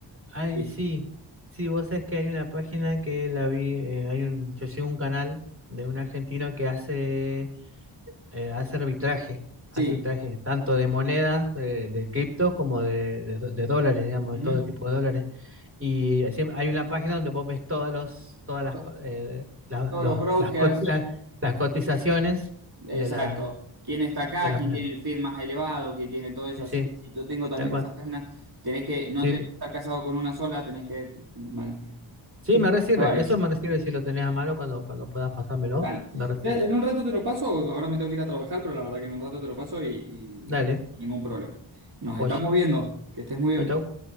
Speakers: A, on the right (about 30°); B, on the right (about 55°).
A: ay,
B: Sí,
A: sí. Sí, vos sabés que hay una página que la vi, eh, hay un, yo sigo un canal de un argentino que hace eh, hace arbitraje, hace
B: sí.
A: arbitraje tanto de monedas, eh, de criptos, como de, de do- de dólares, digamos,
B: ujú.
A: de todo tipo de dólares. Y siem- hay una página donde vos ves todas, los, todas las,
B: To-
A: pa- eh, la-
B: Todos
A: los-
B: los brokers,
A: las, co- la- las cotizaciones
B: exacto.
A: de, la,
B: ¿Quién está acá?
A: de las
B: ¿Quién
A: monedas.
B: tiene el feed más elevado? ¿Quién tiene todo eso?
A: Sí,
B: Así
A: sí,
B: que si yo tengo también
A: tal cual.
B: esas páginas, tenés que, no
A: Sí,
B: tenés que estar casado con una sola, tenés que man-
A: sí, me resirve.
B: Ah, Vale,
A: Eso me resirve si lo tenés a mano cuando, cuando puedas pasármelo.
B: dale.
A: Me resirve.
B: Ya, En un rato te lo paso, ahora me tengo que ir a trabajar, pero la verdad que en un rato te lo paso y,
A: Dale,
B: y ningún problema. Nos
A: joya.
B: estamos viendo, que estés muy
A: Chau,
B: bien.
A: chau.